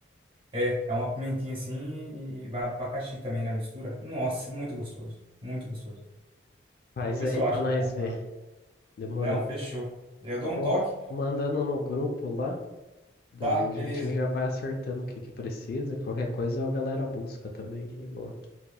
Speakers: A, on the right (about 30°); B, on the left (about 50°).
A: É, é uma pimentinha assim e vai abacaxi também na mistura. Nossa, muito gostoso, muito gostoso.
B: Faz
A: Vou ver
B: aí
A: se eu
B: para
A: acho
B: nós
A: pra comprar.
B: ver. Demorou.
A: Não, fechou. Eu dou
B: Vamos
A: um toque.
B: mandando no grupo lá, daí
A: Tá,
B: a gente
A: beleza.
B: já vai acertando o que que precisa. Qualquer coisa a galera busca também. E boa.